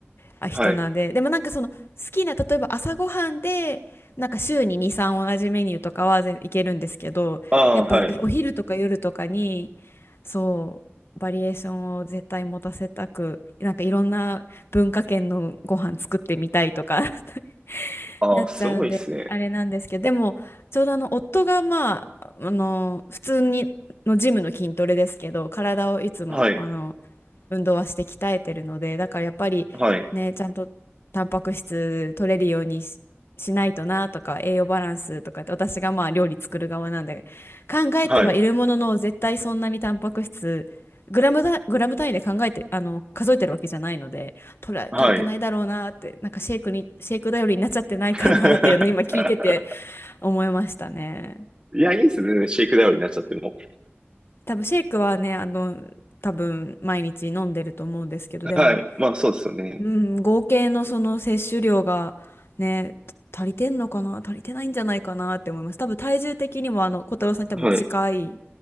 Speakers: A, on the left; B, on the right.
A: あ人なんででもなんかその好きな例えば朝ごはんでなんか週に2、
B: はい。
A: 3同じメニューとかは全いけるんですけどやっぱお昼とか夜とかに
B: ああ、はい。
A: そうバリエーションを絶対持たせたくなんかいろんな文化圏のご飯作ってみたいとか <laughs>
B: ああ、
A: なっちゃうんであれなんですけどでもちょうどあの夫がまあ、
B: すごいっすね。
A: あの普通にのジムの筋トレですけど体をいつもあの
B: はい。
A: 運動はして鍛えてるので、だからやっぱりね、
B: はい。
A: ちゃんとタンパク質取れるようにし、しないとなとか、栄養バランスとかって、私がまあ料理作る側なんで、考えてはいるものの、
B: はい。
A: 絶対そんなにタンパク質、グラムだ、グラム単位で考えて、あの、数えてるわけじゃないので、取れ、
B: はい。
A: 取れてないだろうなって、なんかシェイクに、シェイク頼りになっちゃってないかなっていうのを今聞いてて
B: <laughs>
A: 思いましたね。
B: いや、いいっすね。全然シェイクダウンになっちゃっても。
A: 多分シェイクはね、あの、多分毎日飲んでると思うんですけど、でも、
B: はい。まあ、そうですよね。
A: うん、合計のその摂取量がね、足りてんのかな、足りてないんじゃないかなって思います。多分体重的にもあの小太郎さんに多分近い、
B: はい。